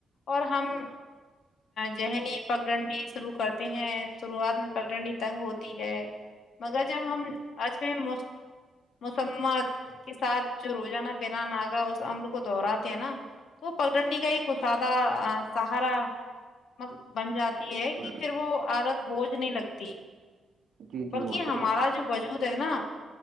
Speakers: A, on the left; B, on the right.
A: اور ہم ذہنی پگڈنڈی شروع کرتے ہیں شروعات میں پگڈنڈی تنگ ہوتی ہے مگر جب ہم آج میں مس مسممت کے ساتھ جو روزانہ بنا ناگا اس امر کو دوہراتے ہیں نا تو پل ڈنڈی کا کو سادہ سہارا ب بن جاتی
B: بالکل
A: ہے کی پھر وہ عادت بوجھ نہیں لگتی
B: جی جی
A: بلکہ
B: محترمہ
A: ہمارا جو وجود ہے نا